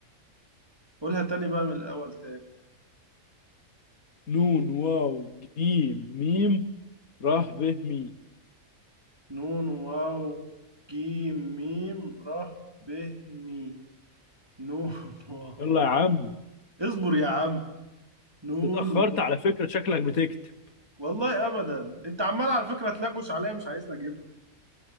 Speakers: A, on the right; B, on the left.
A: قولها تاني بقى من الاول تاني
B: نون واو جيم ميم ر ب مي
A: نون واو جيم ميم ره ب مي نون <laughs> واو
B: يلا يا عم
A: اصبر يا عم نون
B: أنت اتأخرت
A: واو.
B: على فكرة شكلك بتكتب
A: والله ابدا انت عمال على فكره تلغوش عليا مش عايزني اجيبها